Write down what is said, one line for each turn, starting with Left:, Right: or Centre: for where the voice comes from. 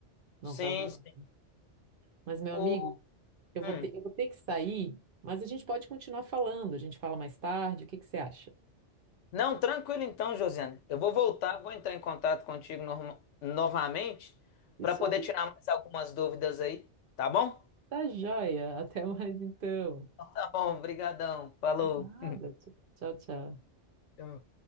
Right: não
Left: Sim,
Right: tá valendo.
Left: sim.
Right: Mas, meu
Left: O...
Right: amigo, eu vou
Left: hum.
Right: ter, eu vou ter que sair, mas a gente pode continuar falando. A gente fala mais tarde, o que que você acha?
Left: Não, tranquilo então, Josiane. Eu vou voltar, vou entrar em contato contigo norma- novamente
Right: Isso
Left: para poder
Right: aí,
Left: tirar mais algumas dúvidas aí, tá bom?
Right: tá joia. <laughs> Até mais então.
Left: Tá bom, brigadão. Falou.
Right: Nada.
Left: <laughs>
Right: Tchau, tchau.
Left: Tchau.